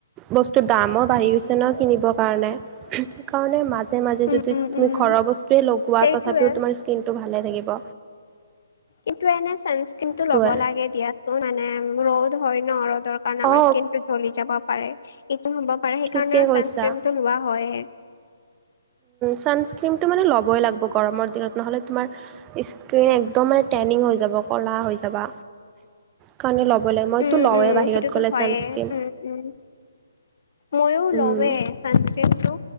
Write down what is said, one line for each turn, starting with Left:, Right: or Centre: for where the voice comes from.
Right: বস্তু দামো বাঢ়ি গৈছে ন কিনিবৰ কাৰণে, সেইকাৰণে মাজ মাজে মাজে
Left: উম
Right: যদি
Left: উম
Right: তুমি
Left: উম
Right: ঘ'ৰ বস্তুৱে লগোৱা
Left: সেইটোয়ে
Right: তথাপিও তোমাৰ স্কিনটো ভালে থাকিব।
Left: কিন্তু এনে ছানস্ক্ৰীম
Right: সেইটোৱে
Left: ল'ব লাগে দিয়াচোন, মানে ৰ'দ হয় ন' ৰ কাৰণে আমাৰ
Right: অ
Left: স্কিন টো জ্বলি যাব পাৰে, এইটো হ'ব পাৰে সেই
Right: ঠিকে
Left: কাৰণে আৰু
Right: কৈছা
Left: ছানস্ক্ৰীম টো লোৱা হয়ে।
Right: ছানস্ক্ৰীমটো মানে ল'বই লাগিব গৰমৰ দিনত নহ'লে তোমাৰ স্কিন একদম মানে টেনিং হৈ যাব কলা হৈ যাবা। কাৰণে ল'ব লাগে মইতো
Left: উম
Right: লওঁৱেই
Left: উম,
Right: বাহিৰত
Left: সেইটোটো
Right: গ'লে
Left: হয়ে
Right: ছানস্ক্ৰীম
Left: উম উম। ময়ও লৱে
Right: উম
Left: ছানস্ক্ৰীমটো,